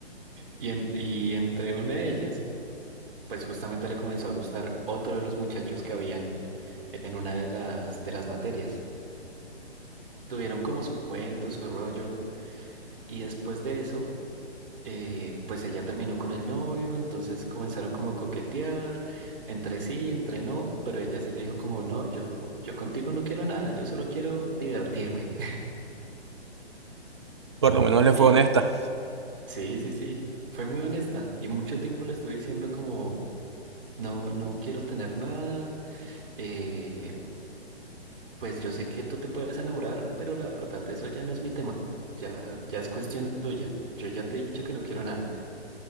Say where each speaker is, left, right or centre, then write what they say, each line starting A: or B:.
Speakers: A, on the right (about 55°); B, on the right (about 25°).
A: Y, en- y entre una de ellas... pues justamente le comenzó a gustar otro de los muchachos que habían en una de las, de las materias. Tuvieron como su cuento, su rollo, y después de eso, eh, pues ella terminó con el novio, entonces comenzaron como a coquetear, entre sí, entre no, pero ella sí le dijo como, no, yo, yo contigo no quiero nada, yo solo quiero divertirme. <laughs>
B: por lo menos le
A: Y
B: fue honesta.
A: sí, sí, sí, fue muy honesta y mucho tiempo le estuve diciendo como, no, no quiero tener nada, eh, Pues yo sé que tú te puedes enamorar, pero la verdad eso ya no es mi tema. Ya, ya es cuestión tuya. Yo ya te he dicho que no quiero nada.